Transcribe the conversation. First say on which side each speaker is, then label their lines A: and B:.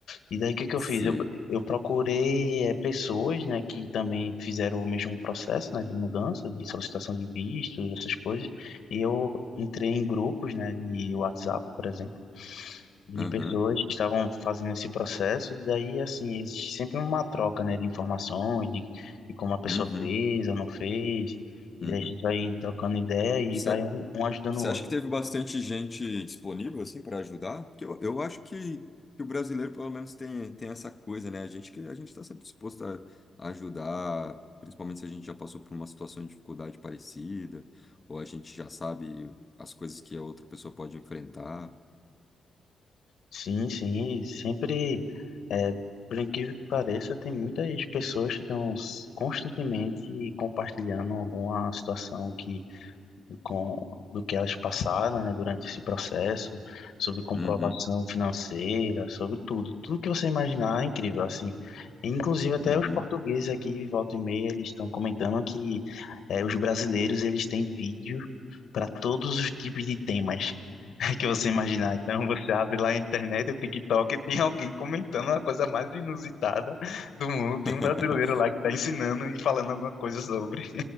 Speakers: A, on the left (about 75°); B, on the left (about 25°).
A: E daí o que que eu
B: Sei.
A: fiz? Eu, eu procurei eh, pessoas, né, que também fizeram o mesmo processo, né, de mudança, de solicitação de visto, essas coisas. E eu entrei em grupos, né, de WhatsApp, por exemplo de
B: Aham.
A: pessoas que estavam fazendo esse processo, e daí, assim, existe sempre uma troca, né, de informações, de, de como a pessoa
B: Uhum.
A: fez ou não fez, e
B: Uhum.
A: daí a gente vai trocando ideia e
B: Você
A: vai um, um ajudando
B: você
A: o outro.
B: acha que teve bastante gente disponível assim para ajudar? Porque eu, eu acho que, que o brasileiro pelo menos tem, tem essa coisa, né? A gente que a gente está sempre disposto a, a ajudar, principalmente se a gente já passou por uma situação de dificuldade parecida, ou a gente já sabe as coisas que a outra pessoa pode enfrentar.
A: Sim, sim, sempre, é, por incrível que pareça, tem muitas pessoas que estão s- constantemente compartilhando alguma situação que com do que elas passaram, né, durante esse processo, sobre comprovação
B: Uhum.
A: financeira, sobre tudo, tudo que você imaginar é incrível, assim. Inclusive até
B: Uhum.
A: os portugueses aqui, volta e meia, eles estão comentando que eh, os brasileiros eles têm vídeo para todos os tipos de temas <laughs> que você imaginar. Então você abre lá a internet, o TikTok, e tem alguém comentando a coisa mais inusitada do mundo. Tem
B: <laughs>
A: um brasileiro lá que está ensinando e falando alguma coisa sobre.